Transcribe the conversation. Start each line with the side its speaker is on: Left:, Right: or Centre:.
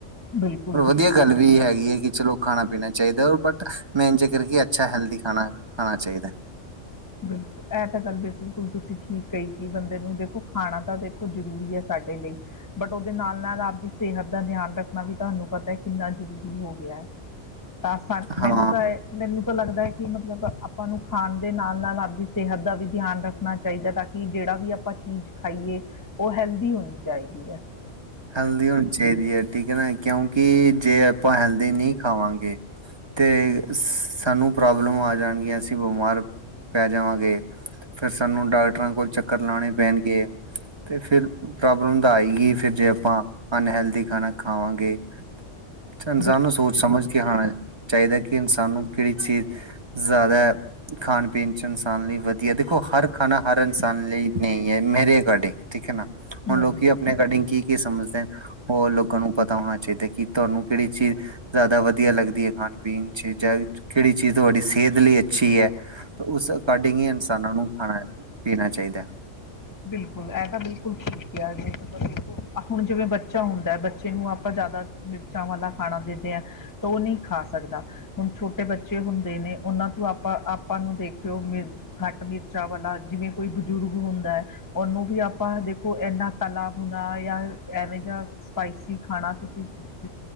Left: ਬਿਲਕੁਲ
Right: ਪਰ
Left: ਬਿਲਕੁਲ
Right: ਵਦੀਆ ਗਾੱਲ ਵੀ ਹੈਗੀ ਐ ਕਿ ਚਲੋ ਖਾਣਾ ਪੀਣਾ ਚਾਈਦੈ ਬਟ ਮੇਨ ਜੇਕਰ ਕੇ ਅੱਛਾ ਹੈਲਦੀ ਖਾਣਾ, ਖਾਣਾ ਚਾਈਦੈ।
Left: ਬਿਲਕੁਲ ਐ ਤਾ ਗਲ ਬੇਸ ਬਿਲਕੁਲ ਤੂਸੀ ਠੀਕ ਕਈ ਕਿ ਬੰਦੇ ਨੂੰ ਦੇਖੋ ਖਾਣਾ ਤਾ ਦੇਖ ਕੂਜ ਜਰੂਰੀ ਐ ਸਾਡੇ ਲਈ ਬਟ ਓਦੇ ਨਾਲ-ਨਾਲ ਆਪਦੀ ਸੇਹਤ ਦਾ ਧਆਨ ਰੱਖਨਾ ਵੀ ਤੂਆਨੂੰ ਪਤੈ ਕਿੰਨਾ ਜਰੂਰੀ ਹੋ ਗੇਐ। ਤਾਂ ਸਾ
Right: ਹਾਂ,
Left: ਮੈਨੂੰ ਤਾਂ ਏ, ਮੈਨੂੰ ਤਾਂ ਲਗਦੈ ਕਿ ਮਤਲਬ ਆਪਾਂ ਨੂੰ ਖਾਨ ਦੇ ਨਾਲ ਨਾਲ ਆਪਦੀ ਸੇਹਤ ਦਾ ਵੀ ਧਆਨ ਰੱਖਨਾ ਚਾਈਦੈ ਤਾਕੀ ਜੇੜਾ ਵੀ ਆਪਾਂ ਚੀਜ ਖਾਈਏ ਓ ਹੈਲਦੀ ਹੋਨੀ ਚਾਈਦੀ ਏ।
Right: ਹੈਲਦੀ ਹੋਨੀ ਚਾਈਦੀ ਐ, ਠੀਕ ਏ ਨਾ ਕਿਉਂਕਿ ਜੇ ਅਪਾਂ ਹੈਲਦੀ ਨੀ ਖਾਵਾਂਗੇ ਤੇ ਸਾਨੂੰ ਪ੍ਰੋਬਲਮ ਆ ਜਾਨਗੀਆਂ, ਅਸੀ ਬਮਾਰ ਪੈ ਜਾਵਾਂਗੇ, ਫੇਰ ਸਾਨੂੰ ਡਾਕਟਰਾਂ ਕੋਲ ਚੱਕਰ ਲਾਣੇ ਪੈਨਗੇ। ਤੇ ਫੇਰ ਪ੍ਰੋਬਲਮ ਤਾਂ ਆਈ ਗੀ। ਫਿਰ ਜੇ ਅਪਾਂ ਅਨਹੈਲਦੀ ਖਾਣਾ ਖਾਵਾਂਗੇ ਅੱਛਾ ਇਨਸਾਨ
Left: ਬਿਲ
Right: ਨੂੰ ਸੋਚ ਸਮਝ ਕੇ ਹਾਂ ਚਾਈਦੈ ਕਿ ਇਨਸਾਨ ਨੂੰ ਕੈੜੀ ਚੀਜ਼ ਜਾਦੈ ਖਾਣ ਪੀਣ ਚ ਇਨਸਾਨ ਲਈ ਵਦੀਐ, ਦੇਖੋ ਹਰ ਖਾਨਾ ਹਰ ਇਨਸਾਨ ਲਈ ਨਹੀ ਐ, ਮੇਰੇ ਐਕੋਡਿੰਗ। ਠੀਕ ਹੈ ਨਾ, ਹੁਨ
Left: ਨਹੀਂ
Right: ਲੋਕੀ
Left: ਬਿਲ
Right: ਅਪਨੇ ਐਕਾਰਡਿੰਗ ਕੀ-ਕੀ ਸਮਝਦੇਨ ਓ ਲੋਕਾਂ ਨੂੰ ਪਤਾ ਹੋਣੈ ਚਾਈਦੈ ਕਿ ਤੂਆਨੂੰ ਕੈੜੀ ਚੀਜ ਜਾਦਾ ਵਧੀਐ ਲੱਗਦੀ ਏ ਖਾਣ-ਪੀਨ ਚ ਜਾਂ ਕੈੜੀ ਚੀਜ ਤੂਆਡੀ ਸੇਹਤ ਲਈ ਅੱਛੀ ਹੈ। ਉਸ ਅਕੋਡਿੰਗ ਈ ਇਨਸਾਨਾਂ ਨੂੰ ਖਾਣਾ-ਪੀਣਾ ਚਾਈਦੈ।
Left: ਬਿਲਕੁਲ ਐ ਤਾਂ ਬਿਲਕੁਲ ਠੀਕ ਕੇਆ, ਜੇ ਮਤਲਬ ਦੇਖੋ ਹੁਣ ਜਿਵੇਂ ਬੱਚਾ ਹੁੰਦੈ, ਬੱਚੇ ਨੂੰ ਆਪਾਂ ਜਾਦਾ ਮਿਰਚਾਂ ਵਾਲਾ ਖਾਣਾ ਦੇਦੇ ਐਂ ਤੇ ਓ ਨੀ ਖਾ ਸਕਦਾ। ਹੁਨ ਛੋਟੇ ਬੱਚੇ ਹੁੰਦੇ ਨੇ, ਓਨਾਂ ਤੂ ਆਪਾਂ-ਆਪਾਂ ਨੂੰ ਦੇਖਿਓ ਵੀ ਘਾੱਟ ਮਿਰਚਾਂ ਵਾਲਾ, ਜਿਵੇਂ ਕੋਈ ਬਜੁਰੁਗ ਹੁੰਦੈ। ਓਨੂੰ ਵੀ ਆਪਾਂ ਦੇਖੋ ਏਨਾ ਤਲਾ-ਭੁਨਾ ਯਾ ਐਵੇਂ ਜਾ ਸਪਾਈਸੀ ਖਾਣਾ ਤੂਸੀ ਦ,